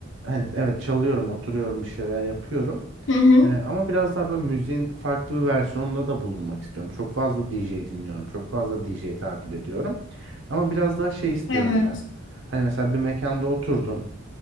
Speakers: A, on the right; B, on the left.
A: hani evet çalıyorum, oturuyorum, bir şeyler yapıyorum.
B: Hı hı.
A: Ee, ama biraz daha böyle müziğin farklı bir versiyonunda da bulunmak istiyorum. Çok fazla DJ dinliyorum. Çok fazla DJ takip ediyorum. Ama biraz daha şey istiyorum
B: Evet.
A: ben. Hani mesela bir mekanda oturdum